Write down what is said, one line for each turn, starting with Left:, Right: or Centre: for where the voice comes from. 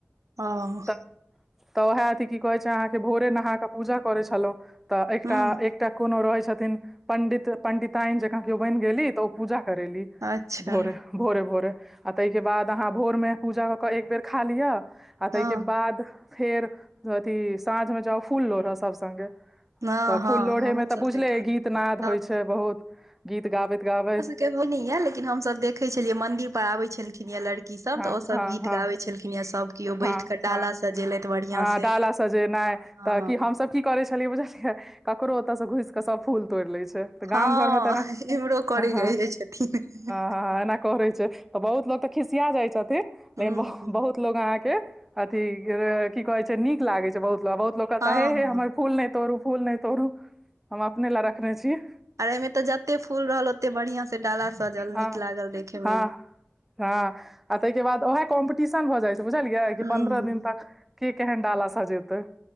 Right: हँ
Centre: तऽ तऽ ओहा अथि की कहै छै अहाँकेँ भोरे नहा कऽ पूजा करै छलहुँ तऽ एकटा
Right: हूँ
Centre: एकटा कोनो रहै छथिन पंडित पंडितायन जकाँ केओ बैन गेली तऽ ओ पूजा करेली
Right: अच्छा
Centre: भोरे भोरे भोरे आ ताहि केँ बाद अहाँ भोरमे पूजा कऽ कऽ एकबेर खा लिअ आ ताहि
Right: हँ
Centre: केँ बाद फेर अथि साँझ मे जाउ फूल लोड़हऽ सब संगे
Right: हँ
Centre: तऽ फूल
Right: हँ
Centre: लोढ़े
Right: हमहुँ
Centre: मे तऽ
Right: सब
Centre: बुझले
Right: देख
Centre: गीत नद
Right: हँ
Centre: होइ छै बहुत गीत गाबैत गाबैत
Right: केने यऽ लेकिन हम सब देखे छलिये मंदिर पर आबे छलखिन यऽ लड़की सब
Centre: हँ
Right: तऽ ओ सब
Centre: हँ
Right: गीत
Centre: हँ
Right: गाबै छलखिन यऽ सब केओ
Centre: हँ
Right: बैठ कऽ डाला
Centre: हँ
Right: सजेलथि बढ़ियां
Centre: हँ
Right: से
Centre: डालाँ सजेनाय
Right: हँ
Centre: तऽ की हमसब की करै छलियै बुझलियै ककरो ओतऽ सँ घुस कऽ सब फूल तोइड़ लै छै तऽ
Right: हँ
Centre: गाम घरमे तऽ ने
Right: इम्हरो करै
Centre: हँ हँ
Right: जाइ जाइ छथिन
Centre: हँ ऐना करै छै तऽ बहुत लोग तऽ खिसिया जाय छथिन
Right: हूँ
Centre: लेकिन बहुत लोग अहाँक केँ अथी की कहै छै नीक लागै छै बहुत बहुत लोक कहत
Right: हँ
Centre: हेे
Right: हँ
Centre: हे हमर फूल नै तोरू फूल नै तोरू हम अपने लऽ रखने छियै
Right: अरे एयमे तऽ जते फूल रहल ओते बढ़िया सँ डाला सजल
Centre: हँ
Right: नीक लागल देखे
Centre: हँ
Right: मे
Centre: हँ आ ताहि केँ बाद ओहै कॉम्पटीशन भऽ जाइ बुझलियै कि
Right: हूं
Centre: पन्द्रह
Right: हूं
Centre: दिन तक केँ केहेन डाला सजेतै